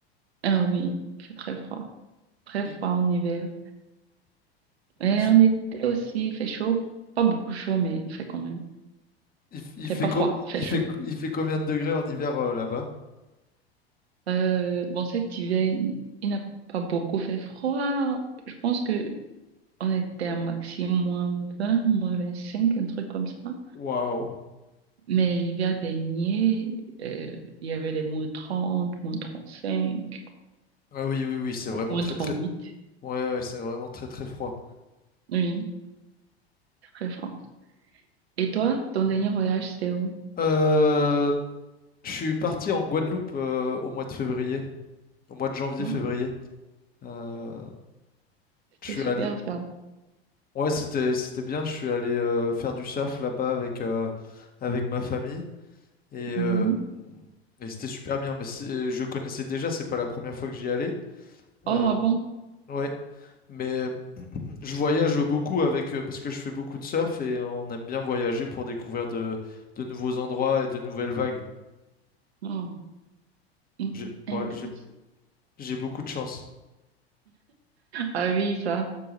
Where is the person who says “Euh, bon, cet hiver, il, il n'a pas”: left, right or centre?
Right